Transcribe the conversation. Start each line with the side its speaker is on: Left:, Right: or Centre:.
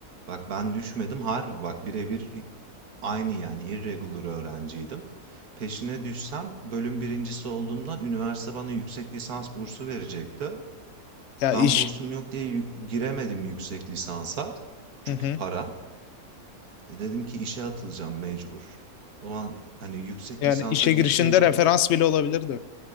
Right: Bak ben düşmedim harbi bak birebir aynı yani irregular öğrenciydim. Peşine düşsem bölüm birincisi olduğumdan üniversite bana yüksek lisans bursu verecekti.
Left: Ya
Right: Ben
Left: iş.
Right: bursum yok diye yü- giremedim yüksek lisansa. Çünkü
Left: Hı hı.
Right: para. E dedim ki işe atılacağım mecbur. Ulan hani yüksek
Left: Yani
Right: lisansa
Left: işe
Right: girseydim
Left: girişinde referans bile olabilirdi.